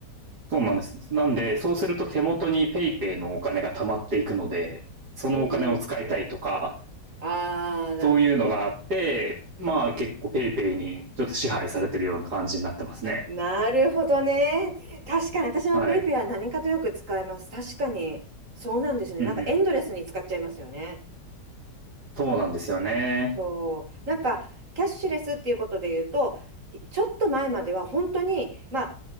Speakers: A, on the right (about 65°); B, on the right (about 45°).
A: そうなんです。なんで、そうすると手元にペイペイのお金が溜まっていくので、そのお金を使いたいとか、
B: うんああ、なるほどね。
A: そういうのがあって、まあ結構ペイペイにちょっと支配されてるような感じになってますね。
B: うん。なるほどね。確かに私もペイペイは何かとよく使います。
A: はい。
B: 確かに。そうなんですよね。
A: うんうん。
B: なんかエンドレスに使っちゃいますよね。
A: そうなんですよね。
B: そう。なんか、キャッシュレスっていうことで言うと、ちょっと前までは本当に、ま